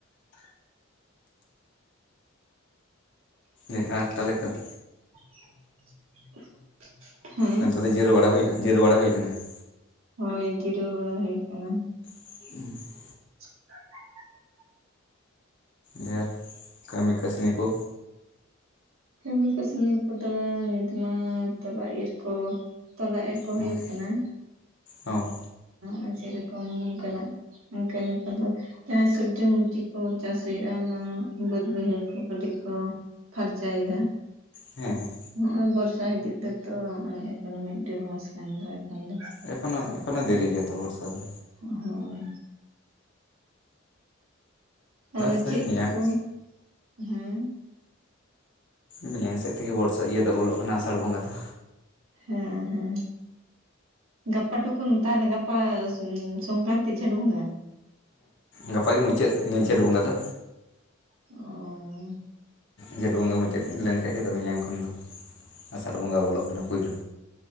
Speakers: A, on the left (about 55°); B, on the right (about 90°).
A: ᱮ ᱟᱨ ᱛᱟᱦᱚᱞᱮ ᱠᱷᱟᱡ
B: <unintelligible> ᱦᱮᱸ
A: ᱱᱤᱛᱚᱜ ᱫᱚ ᱡᱤᱨᱟᱹ ᱵᱟᱲᱟ ᱦᱩᱭ ᱟᱠᱟᱱᱟ, ᱡᱤᱨᱟᱹ ᱵᱟᱲᱟ ᱦᱩᱭ ᱟᱠᱟᱱᱟ ᱾
B: ᱦᱳᱭ, ᱡᱤᱨᱟᱹᱣ ᱵᱟᱲᱟ ᱦᱩᱭ ᱟᱠᱟᱱᱟ ᱾
A: ᱩᱦᱩᱸ ᱾
B: <unintelligible>
A: ᱰᱮᱨ ᱠᱟᱹᱢᱤ ᱠᱟᱹᱥᱱᱤ ᱠᱚ
B: ᱠᱟᱹᱢᱤ ᱠᱟᱹᱥᱱᱤ ᱠᱚᱫᱚ ᱱᱤᱛ ᱢᱟ ᱛᱚᱞᱟ ᱤᱨ ᱠᱚ ᱛᱚᱞᱟ ᱮᱨ ᱠᱚ
A: ᱚ
B: ᱦᱳᱭᱳᱜ ᱠᱟᱱᱟ
A: ᱚ
B: ᱟᱨ ᱥᱮᱨᱚᱠᱚᱢ ᱚᱱᱠᱟᱱᱟᱜ ᱠᱟᱢᱤ ᱠᱚᱫᱚ ᱡᱟᱦᱟᱸᱭ ᱥᱚᱵᱽᱡᱤ ᱢᱚᱵᱡᱤ ᱠᱚ ᱪᱟᱥ ᱦᱩᱭᱩᱜᱼᱟ ᱚᱱᱟ ᱵᱟᱹᱫ ᱵᱟᱹᱭᱦᱟᱹᱲ ᱠᱚ ᱠᱟᱹᱴᱤᱡ ᱠᱚ ᱯᱷᱟᱨᱪᱟᱭ ᱮᱫᱟ
A: ᱦᱮᱸ ᱦᱮᱸ
B: ᱱᱚᱜᱼᱚᱭ ᱵᱚᱨᱥᱟ ᱦᱤᱡᱩᱜ ᱛᱮᱛᱚ ᱱᱚᱜᱼᱚᱭ ᱮᱠᱷᱚᱱ ᱢᱤᱫ ᱰᱮᱲ ᱢᱟᱥ ᱜᱟᱱ ᱫᱚ ᱮᱠᱷᱚᱱ ᱫᱚ
A: ᱮᱠᱷᱚᱱᱚ ᱮᱠᱷᱚᱱᱚ ᱫᱮᱨᱤ ᱜᱮᱭᱟᱛᱚ ᱵᱚᱨᱥᱟ ᱫᱚ
B: ᱦᱳᱭ ᱟᱫᱚ
A: ᱥᱮᱭ
B: ᱪᱮᱫ
A: ᱢᱮᱭᱟᱝ
B: ᱠᱚ ᱦᱮᱸ
A: ᱢᱮᱭᱟᱝ ᱥᱮᱫ ᱛᱮᱜᱮ ᱵᱚᱨᱥᱟ ᱤᱭᱟᱹ ᱫᱚ ᱵᱚᱞᱚᱜ ᱠᱟᱱᱟ ᱟᱥᱟᱲ ᱵᱚᱸᱜᱟ ᱫᱚ
B: ᱦᱮᱸ ᱦᱮᱸ ᱜᱟᱯᱟ ᱴᱩᱠᱩᱱ ᱛᱟᱦᱚᱞᱮ ᱜᱟᱯᱟ ᱩ ᱥᱚᱝᱠᱨᱟᱱᱛᱤ ᱡᱷᱮᱴ ᱵᱚᱸᱜᱟ
A: ᱜᱟᱯᱟᱜᱮ ᱢᱩᱪᱟᱹᱫ ᱡᱷᱮᱸᱴ ᱵᱚᱸᱜᱟ ᱫᱚ
B: ᱚᱻ
A: ᱡᱷᱮᱸᱴ ᱵᱚᱸᱜᱟ ᱢᱩᱪᱟᱹᱫ ᱞᱮᱱᱠᱷᱟᱡ ᱜᱮ ᱢᱮᱭᱟᱝ ᱠᱷᱚᱱ ᱫᱚ ᱟᱥᱟᱲ ᱵᱚᱸᱜᱟ ᱵᱚᱞᱚᱜ ᱠᱟᱱᱟ ᱯᱩᱭᱞᱩ